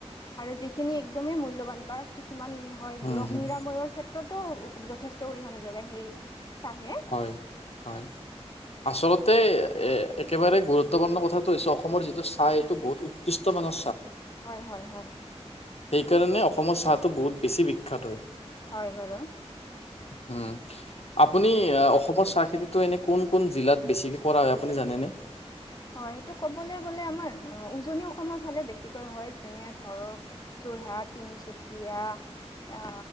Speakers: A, on the left; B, on the left.
A: আৰু যিখিনি একদমেই মূল্যবান বা কিছুমান হয়
B: উম
A: ৰোগ
B: হম
A: নিৰাময়ৰ ক্ষেত্ৰতো যথেষ্ট অৰিহণা যোগায় সেই চাহে।
B: হয়। হয় আচলতে এ একেবাৰে গুৰুত্বপূৰ্ণ কথাটো হৈছে অসমৰ যিটো চাহ এইটো বহুত উৎকৃষ্ট মানহ
A: হয় হয় হয়।
B: সেইকাৰণে অসমৰ চাহটো বহুত বেছি বিখ্যাত হয়।
A: হয় বাৰু।
B: উম আপুনি আহ, অসমৰ চাহ খেতিটো এনে কোন কোন জিলাত বেছিকে কৰা হয় আপুনি জানেনে?
A: হয় সেইটো ক'বলৈ গলে আমাৰ উজনি অসমৰ ফালে বেছিকৈ হয় যেনে ধৰক যোৰহাট, তিনিচুকীয়া